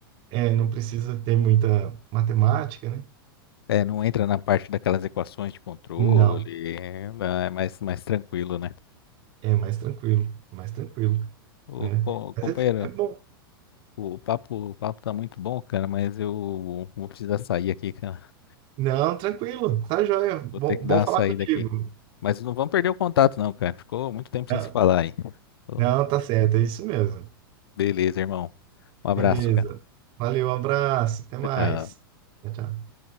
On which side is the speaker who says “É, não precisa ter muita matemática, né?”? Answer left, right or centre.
Right